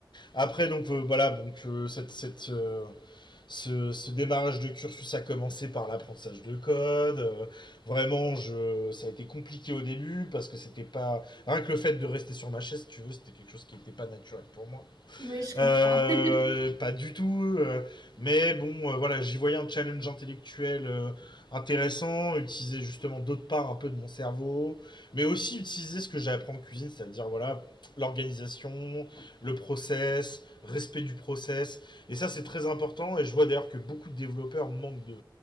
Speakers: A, on the left; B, on the right.
A: après donc euh, voilà donc euh, cette, cette, euh, ce, ce démarrage de cursus a commencé par l'apprentissage de code euh, vraiment je ça a été compliqué au début parce que c'était pas rien que le fait de rester sur ma chaise si tu veux c'était quelque chose qui n'était pas naturel pour moi
B: Oui, je comprends.
A: euh,
B: <laughs>
A: pas du tout. euh, mais bon, euh, voilà, j'y voyais un challenge intellectuel euh, intéressant, utiliser justement d'autre part un peu de mon cerveau, mais aussi utiliser ce que j'apprends en cuisine, c'est-à-dire voilà l'organisation, le process, respect du process. Et ça, c'est très important. Et je vois d'ailleurs que beaucoup de développeurs manquent de,